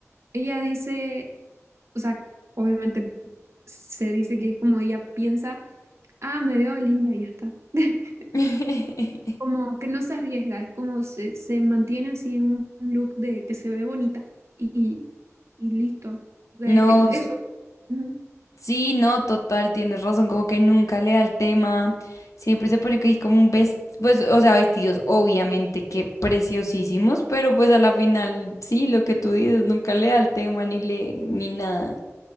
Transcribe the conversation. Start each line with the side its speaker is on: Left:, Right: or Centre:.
Right: ella dice, o sea, obviamente se dice que es como ella piensa, ah, me veo linda y ya está. <laughs>
Left: <laughs>
Right: Como que no se arriesga, es como se, se mantiene así en un un look de que se ve bonita y, y listo. De-
Left: No,
Right: eh, eso. Ujú.
Left: Sí, no, total, tienes razón, como que nunca le da el tema, siempre se pone que hay como un vestido, pues, o sea, vestidos obviamente que preciosísimos, pero pues a la final, sí, lo que tú dices, nunca le da el tema ni le, ni nada.